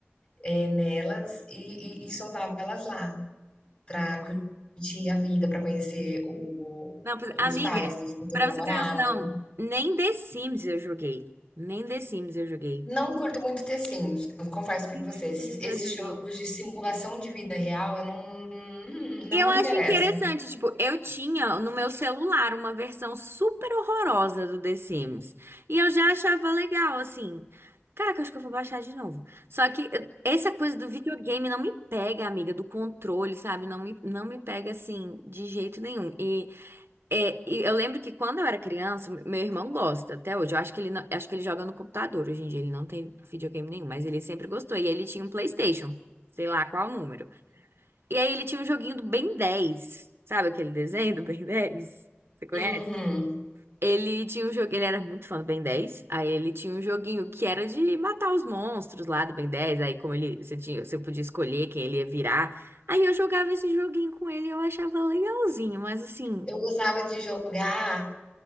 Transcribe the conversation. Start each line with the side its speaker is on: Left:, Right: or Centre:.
Left: eh, nelas e e e soltava elas lá, para curtir a vida, para conhecer o
Right: Não, pois-
Left: os
Right: amiga,
Left: pais do futuro
Right: pra
Left: namorado.
Right: você ter noção, nem The Sims eu joguei. Nem The Sims eu joguei.
Left: Não curto muito The eu confesso para
Right: Nem
Left: você,
Right: The
Left: esses
Right: Sims
Left: esses
Right: eu joguei.
Left: jogos de simulação de vida real eu não hum, não
Right: E Eu
Left: me
Right: acho
Left: interessam.
Right: interessante, tipo, eu tinha no meu celular uma versão super horrorosa do The Sims. E eu já achava legal, assim. Caraca, acho que eu vou baixar de novo. Só que eh, essa coisa do videogame não me pega, amiga, do controle, sabe? Não me, não me pega, assim, de jeito nenhum. E, é, e eu lembro que quando eu era criança, meu irmão gosta até hoje. Eu acho que ele, não- acho que ele joga no computador hoje em dia. Ele não tem videogame nenhum, mas ele sempre gostou. E ele tinha um PlayStation, sei lá qual número. E aí ele tinha um joguinho do Ben 10. Sabe aquele desenho do Ben 10? Você conhece?
Left: Uhum.
Right: Ele tinha um jogo, ele era muito fã do Ben 10. Aí ele tinha um joguinho que era de matar os monstros lá do Ben 10. Aí como ele, você tinha, você podia escolher quem ele ia virar. Aí eu jogava esse joguinho com ele e eu achava legalzinho, mas assim,
Left: Eu gostava de jogar